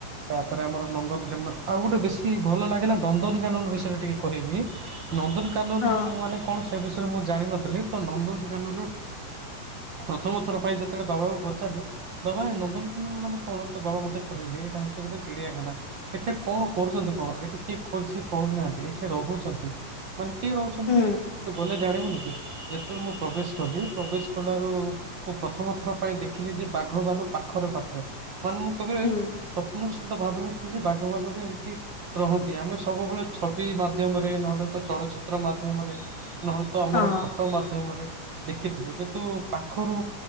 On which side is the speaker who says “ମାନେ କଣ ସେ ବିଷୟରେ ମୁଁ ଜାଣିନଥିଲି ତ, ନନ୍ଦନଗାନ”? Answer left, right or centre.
Right